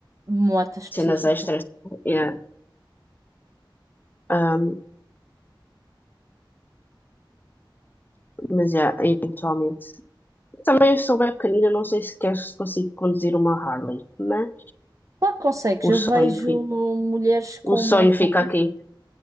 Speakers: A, on the right; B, on the left.
A: Moto específica.
B: cenas extras. Yeah. Um, mas, yeah, eventualmente. Também sou bem pequenina, não sei se quer se consigo conduzir uma Harley, mas
A: Claro que consegues.
B: o
A: Eu
B: sonho
A: vejo
B: fica,
A: mulheres
B: o
A: com
B: sonho
A: motões,
B: fica aqui.